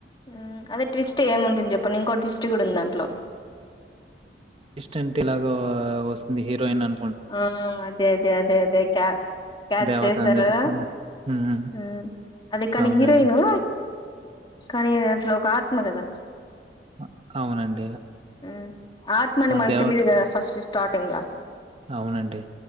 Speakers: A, on the left (about 25°); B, on the right (about 30°).
A: ఉ అదే ట్విస్ట్ ఏముంటుంది చెప్పండి ఇంకో ట్విస్టు గూడా ఉంది దాంట్లో
B: ట్విస్ట్ అంటె ఇలాగొ వస్తుంది హీరోయిన్ అన్
A: ఆ అదే అదే అదే అదే క్యా క్యాచ్
B: దేవత
A: చేసారా
B: అని తెలుస్తుంది. హ్మ్.
A: ఉ అదే కానీ
B: అవునండి.
A: హీరోయిను కానీ అసలు ఒక ఆత్మ గదా
B: అ అవునండ్
A: ఉ ఆత్మని మనక్
B: దేవత
A: తెలిదు గదా ఫస్ట్ స్టాటింగ్లా
B: అవునండి